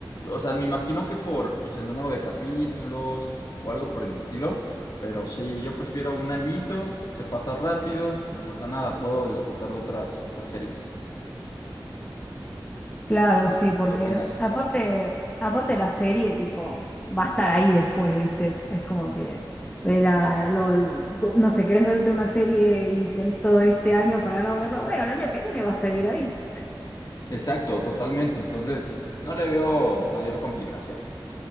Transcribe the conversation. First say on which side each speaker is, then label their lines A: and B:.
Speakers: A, on the left (about 50°); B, on the left (about 20°).
A: O sea, me imagino que por pues, el número de capítulos o algo por el estilo. Pero sí, yo prefiero un añito, se pasa rápido, no pasa nada, puedo disfrutar de otras, otras series.
B: claro,
A: ¿Tú
B: sí, porque
A: tú qué opinas?
B: aparte, aparte la serie, tipo, va a estar ahí después, ¿viste? Es como que, ve la- lo- no sé, querés verte una serie y tenés todo este año para no verla. Bueno, el año que viene va a seguir ahí.
A: Exacto, totalmente. Entonces, no le veo mayor complicación,